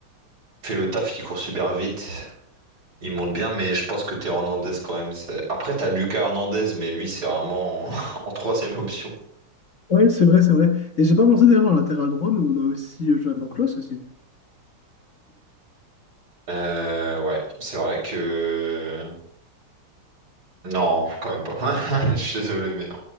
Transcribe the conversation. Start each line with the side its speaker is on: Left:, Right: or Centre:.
Right: fait le taf il court super vite il monte bien mais je pense que Théo Hernandez quand même c'est. Après t'as Lucas Hernandez mais lui c'est vraiment en... <laughs> en troisième option.
Left: Oui, c'est vrai, c'est vrai. Et j'ai pas pensé d'ailleurs en latéral droit, mais on a aussi euh, Jonathan Klaus aussi.
Right: Euh, ouais c'est vrai que non quand même pas. <laughs> Je suis désolé mais non